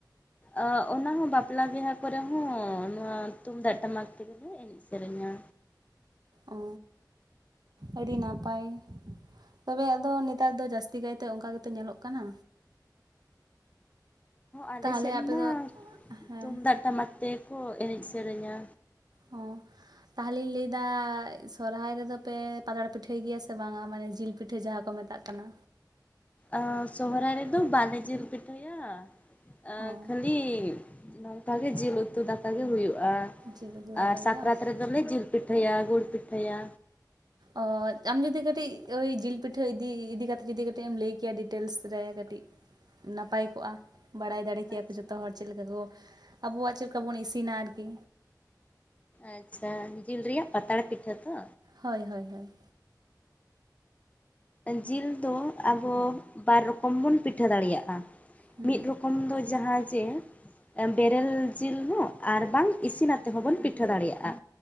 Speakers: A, on the left (about 20°); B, on the right (about 65°).
A: ᱚ ᱚᱱᱟ ᱦᱚᱸ ᱵᱟᱯᱞᱟ ᱵᱤᱦᱟᱹ ᱠᱚᱨᱮ ᱦᱚᱸ ᱱᱚᱣᱟ ᱛᱩᱢᱫᱟᱜ ᱴᱟᱢᱟᱠ ᱛᱮᱜᱮᱞᱮ ᱮᱱᱮᱡ ᱥᱮᱨᱮᱧᱟ
B: ᱚ ᱟᱹᱰᱤ ᱱᱟᱯᱟᱭ ᱛᱚᱵᱮ ᱟᱫᱚ ᱱᱮᱛᱟᱨ ᱫᱚ ᱡᱟᱹᱥᱛᱤ ᱠᱟᱭ ᱚᱱᱠᱟ ᱜᱮᱛᱚ ᱧᱮᱞᱚᱜ ᱠᱟᱱᱟ
A: ᱟᱞᱮᱥᱮᱫ
B: ᱛᱟᱦᱚᱞᱮ ᱟᱯᱮ
A: ᱢᱟ
B: ᱫᱚ ᱦᱮᱸ
A: ᱛᱩᱢᱫᱟᱜᱽ ᱴᱟᱢᱟᱠ ᱛᱮᱠᱚ ᱮᱱᱮᱡ ᱥᱮᱨᱮᱧᱟ
B: ᱚᱸ ᱛᱟᱦᱚᱞᱮᱧ ᱞᱟᱹᱭ ᱫᱟ ᱥᱚᱨᱚᱦᱟᱭ ᱨᱮᱫᱚ ᱯᱮ ᱯᱟᱛᱲᱟ ᱯᱤᱴᱷᱟᱹᱭ ᱜᱮᱭᱟ ᱥᱮ ᱵᱟᱝ-ᱟ? ᱢᱟᱱᱮ ᱡᱤᱞ ᱯᱤᱴᱷᱟᱹ᱾ ᱯᱤᱴᱷᱟᱹ ᱡᱟᱦᱟᱸ ᱠᱚ ᱢᱮᱛᱟᱜ ᱠᱟᱱᱟ᱾
A: ᱚᱸ ᱥᱚᱦᱚᱨᱟᱭ ᱨᱮᱫᱚ ᱵᱟᱞᱮ ᱡᱤᱞ ᱯᱤᱴᱷᱟᱹᱭᱟ ᱚᱸ
B: ᱚ
A: ᱠᱷᱟᱹᱞᱤ ᱚᱱᱠᱟ ᱜᱮ ᱡᱤᱞ ᱩᱛᱩ ᱫᱟᱠᱟ ᱜᱮ ᱦᱩᱭᱩᱜᱼᱟ
B: ᱡᱤᱞ ᱩᱛᱩ ᱫᱟᱠᱟ
A: ᱟᱨ ᱥᱟᱠᱨᱟᱛ
B: ᱜᱮ ᱵᱟᱝ
A: ᱨᱮᱫᱚᱞᱮ ᱡᱤᱞ ‌ ᱯᱤᱴᱷᱟᱹᱭᱟ ᱜᱩᱲ ᱯᱤᱴᱷᱟᱹᱭᱟ
B: ᱚᱻ ᱟᱢ ᱡᱩᱫᱤ ᱠᱟᱹᱴᱤᱡ ᱳᱭ ᱡᱤᱞ ᱯᱤᱴᱷᱟᱹ ᱤᱫᱤ ᱤᱫᱤ ᱠᱟᱛᱮᱫ ᱡᱩᱫᱤ ᱠᱟᱹᱴᱤᱡ ᱮᱢ ᱞᱟᱹᱭ ᱠᱮᱭᱟ ᱰᱤᱴᱮᱞᱥ ᱨᱮ ᱠᱟᱹᱴᱤᱡ ᱱᱟᱯᱟᱭ ᱠᱚᱜ-ᱟ ᱵᱟᱲᱟᱭ ᱫᱟᱲᱮ ᱞᱟᱹᱭ ᱠᱮᱭᱟ
A: ᱟᱪᱪᱷᱟ
B: ᱠᱚ ᱡᱚᱛᱚ ᱦᱚᱲ ᱪᱮᱫ ᱞᱮᱠᱟ ᱠᱚ ᱟᱵᱚᱣᱟᱜ ᱪᱮᱫ ᱞᱮᱠᱟ ᱵᱚᱱ ᱤᱥᱤᱱᱟ ᱟᱨᱠᱤ
A: ᱟᱪᱪᱷᱟ ᱡᱤᱞ ᱨᱮᱭᱟᱜ ᱯᱟᱛᱲᱟ ᱯᱤᱴᱷᱟᱹ ᱛᱚ᱾
B: ᱦᱳᱭ ᱦᱳᱭ ᱦᱳᱭ
A: ᱡᱤᱞ ᱫᱚ ᱟᱵᱚ ᱵᱟᱨ ᱨᱚᱠᱚᱢ ᱵᱚᱱ ᱯᱤᱴᱷᱟᱹ ᱫᱟᱲᱮᱭᱟᱜᱼᱟ
B: ᱦᱩᱸ
A: ᱢᱤᱫ ᱨᱚᱠᱚᱢ ᱫᱚ ᱡᱟᱦᱟᱸ ᱡᱮ ᱮ ᱵᱮᱨᱮᱞ ᱡᱤᱞ ᱦᱚᱸ ᱟᱨ ᱵᱟᱝ ᱤᱥᱤᱱᱟᱛᱮ ᱦᱚᱸᱵᱚᱱ ᱯᱤᱴᱷᱟᱹ ᱫᱟᱲᱮᱭᱟᱜᱼᱟ᱾